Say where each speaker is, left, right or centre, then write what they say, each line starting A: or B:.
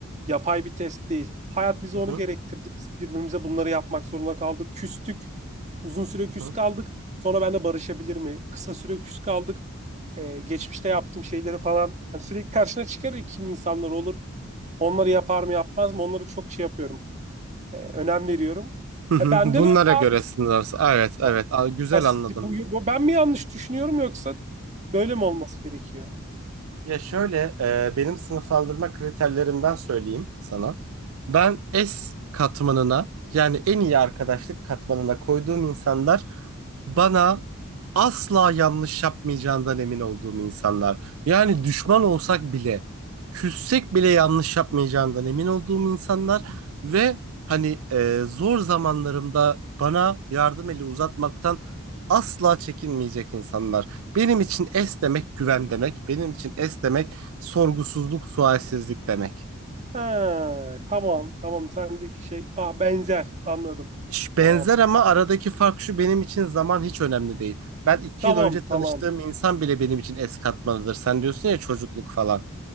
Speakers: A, on the right; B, on the right.
A: yapay bir test değil. Hayat bize
B: Hı
A: onu
B: hı
A: gerektirdi. Biz birbirimize bunları yapmak zorunda kaldık. Küstük. Uzun süre
B: hı
A: küs
B: hı
A: kaldık. Sonra ben de barışabilir mi? Kısa süre küs kaldık. Ee, geçmişte yaptığım şeyleri falan. Yani sürekli karşına çıkar ya kim insanlar olur. Onları yapar mı yapmaz mı? Onları çok şey yapıyorum. E, önem veriyorum.
B: hı hı.
A: E, ben
B: Bunlara
A: de böyle
B: göre
A: abi.
B: sınırlarız. Evet evet
A: Ha,
B: Aa, güzel
A: ha,
B: anladım.
A: bu, bu- ben mi yanlış düşünüyorum yoksa böyle mi olması gerekiyor?
B: Ya şöyle e, benim sınıflandırma kriterlerimden söyleyeyim sana. Ben S katmanına yani en iyi arkadaşlık katmanına koyduğum insanlar bana asla yanlış yapmayacağından emin olduğum insanlar. Yani düşman olsak bile, küssek bile yanlış yapmayacağından emin olduğum insanlar ve hani e, zor zamanlarımda bana yardım eli uzatmaktan asla çekinmeyecek insanlar. Benim için es demek güven demek. Benim için es demek sorgusuzluk, sualsizlik demek.
A: Ha, tamam tamam sendeki şey ah benzer anladım.
B: Ş- Benzer
A: Tamam.
B: ama aradaki fark şu benim için zaman hiç önemli değil. Ben iki
A: Tamam
B: yıl önce tanıştığım
A: tamam.
B: insan bile benim için es katmanıdır. Sen diyorsun ya çocukluk falan.